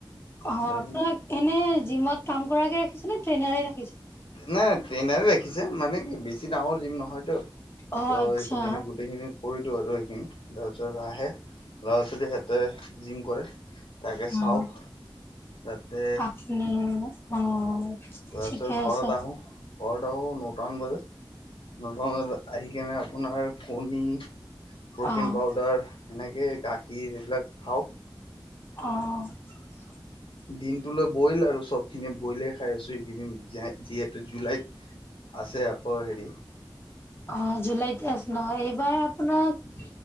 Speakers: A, on the left (about 25°); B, on the left (about 80°).
A: অ,
B: উঠাই
A: আপোনাক
B: কিনে নাই
A: এনে জিমত কাম কৰাকে ৰাখিছ নে ট্ৰেইনাৰ ৰাখিছে।
B: নাই ট্ৰেইন ৰাখিছে মানে কি বেছি ডাঙৰ জিম নহয়টো। ত'
A: অ আচ্ছা।
B: সেইটো কেনে গোটেইখিনি কৰি দিও আৰু সেইখিনি তাৰপিছত আহে। ল'ৰা ছোৱালীয়ে সিহতে জিম কৰে। তাকে
A: উম,
B: চাওঁ তাতে
A: আপনি অহ,
B: তাৰপিছত
A: ঠিকে
B: ঘৰত
A: আছে।
B: আহোঁ ঘৰত আহো নটামান বজাত নটামান বজাতা আহি কেনে আপোনাৰ কণী। প্ৰটিন
A: অ।
B: পাউদাৰ এনেকে গাখীৰ এইবিলাক খাও।
A: অহ ',
B: দিনটোলৈ বইল আৰু চবখিনি বইলে খাই আছো এইকেইদিন যিহেতু জুলাইত। আছে আকৌ হেৰি।
A: অ, জুলাইত আছে ন এইবাৰ আপোনাক